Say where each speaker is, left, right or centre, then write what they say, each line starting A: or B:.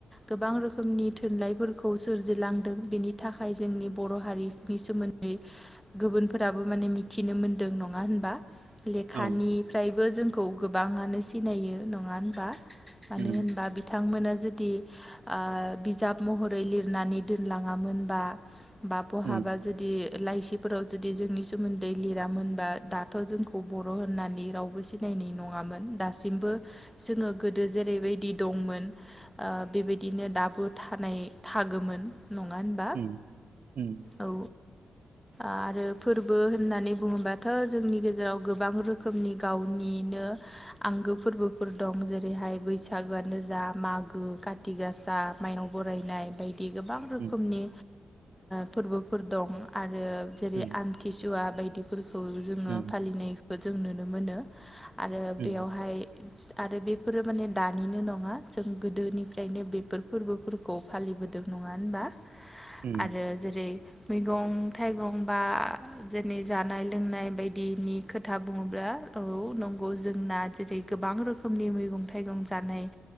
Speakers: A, in the centre; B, on the right.
A: गोबां रोखोमनि थुनलाइफोरखौ सोरजिलांदों बेनि थाख खाय जोंनि बर' हारिनि सोमोन्दै गुबुनफोराबो माने मिथिनो मोनदों नङा होनबा? लेखानिफ्रायबो
B: औ
A: जोंखौ गोबां आनो सिनायो नङा होनबा मानो
B: उम
A: होनबा बि थांमोना जुदि ओ बिजाब महरै लिरनानै दोनलाङामोनबा बा बहाबा
B: उम
A: जुदि लाइसिफोराव जुदि जोंनि सोमोन्दै लिरामोनबा दाथ' जोंखौ बर' होननानै रावबो सि नायनाय नङामोन दासिमबो जोङो गोदो जेरैबायदि दंमोन ओ बेबायदिनो दाबो थानाय थागोन नङा होनबा
B: उम उम
A: औ आरो फोरबो होन्नानै बुङोबाथ' जोंनि गेजेराव गोबां रोखोम <unintelligible> गावनिनो आंगो फोरबोफोर दं जेरैहाय बैसागोआनो जा मागो खाथिगासा माइनाव बरायनाय बायदि गोबां रोखोमनि
B: उम
A: फोरबोफोर दं आरो जेरै
B: उम
A: आमथिसुवा बायदि फोरखौ जोङो
B: उम
A: फालिनायखौ जों नुनो मोनो आरो
B: उम
A: बेयावहाय आरो बेफोरो माने दानिनो नङा जों गोदोनिफ्रायनो बेफोर फोरबो फोरखौ फालिबोदों नङा होनबा?
B: उम
A: आरो जेरै मैगं थाइगं बा जोंनि जानाय लोंनाय बायदिनि खोथा बुङोब्ला औ नंगौ जोंना जेरै गोबां रोखोमनि मैगं थाइगं जानाय